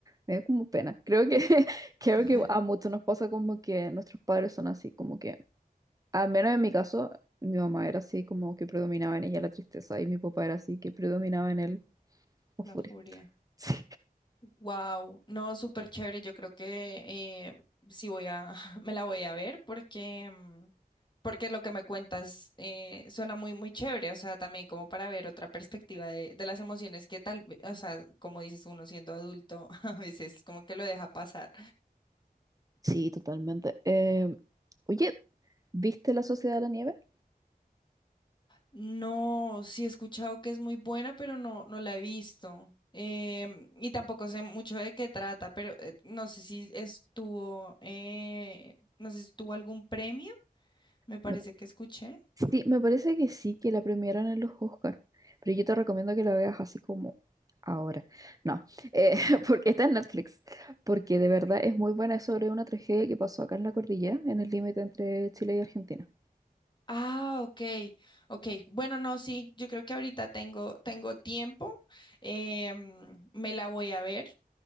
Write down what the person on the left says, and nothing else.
<laughs>
La
furia.
Wow, no, súper chévere. Yo creo que eh, sí voy a, <laughs> me la voy a ver porque, mm, porque lo que me cuentas eh, suena muy, muy chévere. O sea, también como para ver otra perspectiva de, de las emociones que tal, ve- o sea, como dices uno siendo adulto, <laughs> a veces como que lo deja pasar.
No, sí he escuchado que es muy buena, pero no, no la he visto. Em, y tampoco sé mucho de qué trata, pero eh, no sé si estuvo, eh, no sé si tuvo algún premio. Me parece
que escuché.
Ah, ok, ok. Bueno, no, sí, yo creo que ahorita tengo, tengo tiempo. em, me la voy a ver,